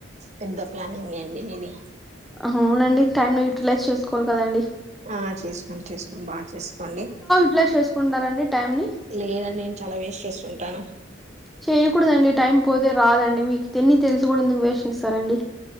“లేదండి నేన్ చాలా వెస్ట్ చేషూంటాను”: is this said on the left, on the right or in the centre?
Right